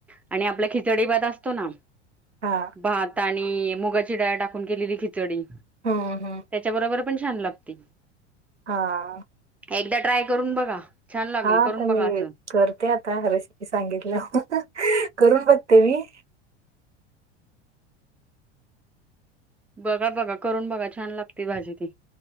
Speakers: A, in the centre; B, on the right.
A: आणि आपला खिचडी भात असतो ना.
B: हां.
A: भात आणि मुगाची डाळ टाकून केलेली खिचडी
B: हा हा.
A: त्याच्या बरोबर पण छान लागते.
B: हा.
A: एकदा ट्राय करून बघा छान लागेल
B: हा
A: करून
B: तर मी
A: बघा असं.
B: करते आता रेसिपी सांगितल्यावर करून बघते मी
A: बघा बघा करून बघा छान लागते भाजी ती